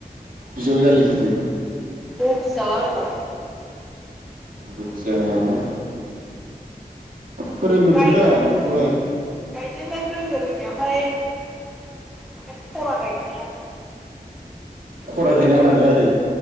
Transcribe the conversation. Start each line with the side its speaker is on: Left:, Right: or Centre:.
Right: बिजाव जालिफोरजों
Centre: बखिजाला बायबालाय
Right: बखिजायामा फोरोंगोनसो
Centre: गायनायालाय
Right: दा नोंखौलाय
Centre: गायनोलाय रोङो रोंनाया ओमफाय खरा गायनो हाया आरो
Right: खरा गायनाङाब्रा नोङो ओरै